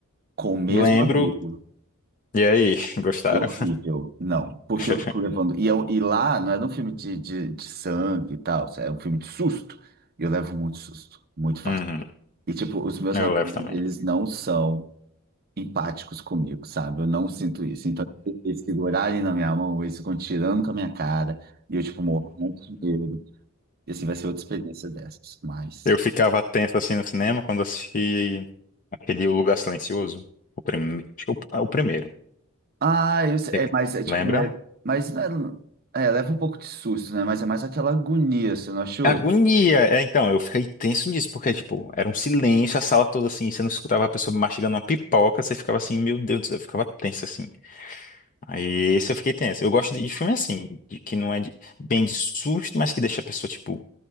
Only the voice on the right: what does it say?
Com o mesmo
amigo.
É horrível. Não, porque
eu fico levando. E, eu- e lá não era um filme de, de, de sangue e tal, é um filme de susto. E eu levo muito susto, muito fácil.
E, tipo, os meus
amigos,
eles não são. empáticos comigo, sabe? Eu não sinto isso. Então, eles segurarem na minha mão, eles ficam tirando com a minha cara, e eu, tipo, morro muito de medo. E assim, vai ser outra experiência dessas, mas...
Ah, eu sei,
é, mas é tipo,
não é... Mas não é... é, leva um pouco de susto, né? Mas é mais aquela agonia, você não achou?